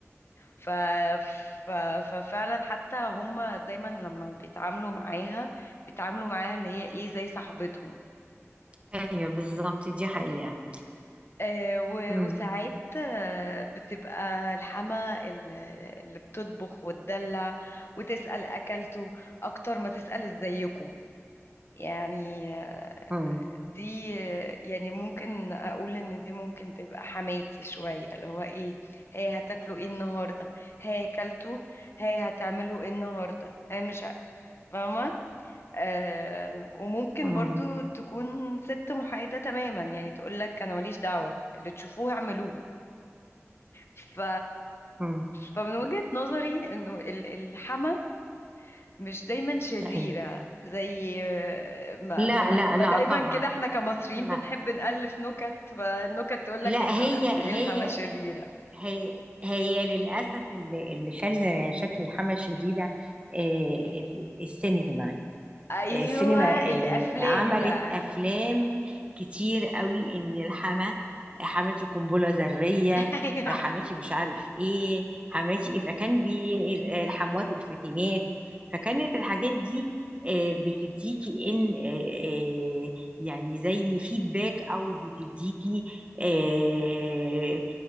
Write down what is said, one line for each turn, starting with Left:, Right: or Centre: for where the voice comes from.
Left: ف... ف... ففعلا حتى هم دايما لما بيتعاملوا معاها بيتعاملوا معاها اللي هي ايه زي صاحبتهم
Right: ايوه بالظبط دي حقيقة
Left: آه، و-
Right: مم.
Left: وساعات آه، بتبقى الحما ال- اللي بتطبخ وتدلع وتسأل أكلته أكتر ما تسأل إزيكم يعني آه،
Right: مم.
Left: دي آه، يعني ممكن أقول إن دي ممكن تبقى حماتي شوية اللي هو إيه هي هتاكلوا إيه النهاردة هي أكلته هي هتعملوا إيه النهاردة هي مش فاهمة آه وممكن
Right: مم.
Left: برضو تكون ست محايدة تماما يعني تقولك أنا ماليش دعوة اللي تشوفوه اعملوه ف...
Right: مم.
Left: فمن وجهة نظري إنه ال- الحما مش دايما شريرة
Right: ايوه
Left: زي ما,
Right: لا
Left: ما,
Right: لا
Left: ما
Right: لا
Left: دايما
Right: طبعا
Left: كده احنا كمصريين
Right: لا
Left: بنحب نألف نكت فالنكت تقولك
Right: لا
Left: إنه
Right: هي
Left: لا، قد
Right: هي
Left: إيه الحما شريرة
Right: هي هي للأسف اللي اللي خلى شكل الحمى شريرة آه، السينما
Left: أيوة
Right: آه، السينما
Left: الأفلام
Right: آه، عملت
Left: بقى
Right: افلام كتير قوي ان الحما حماتي قنبله ذريه
Left: <laughs> أيوة
Right: حماتي مش عارف ايه حماتي ايه فكان بي الحموات الفاتنات فكانت الحاجات دي آه، بتديكي ان آه، آه، يعني زي فيدباك او بتديكي آه،